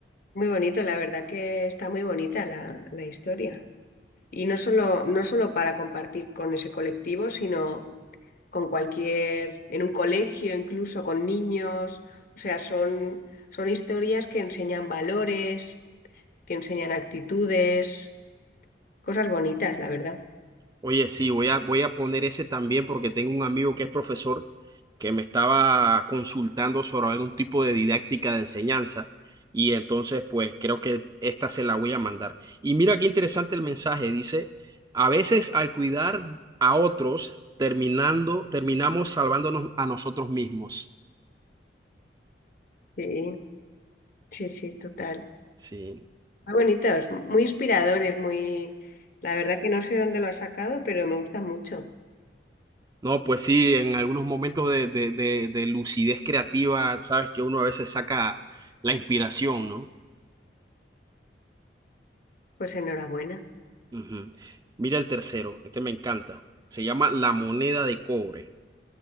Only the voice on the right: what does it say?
Oye, sí, voy a, voy a poner ese también porque tengo un amigo que es profesor que me estaba consultando sobre algún tipo de didáctica de enseñanza y entonces pues creo que esta se la voy a mandar. Y mira qué interesante el mensaje, dice, a veces al cuidar a otros terminando, terminamos salvándonos a nosotros mismos.
Sí.
No, pues sí, en algunos momentos de, de de- de lucidez creativa, sabes que uno a veces saca la inspiración, ¿no?
Ujú. Mira el tercero, este me encanta. Se llama La moneda de cobre.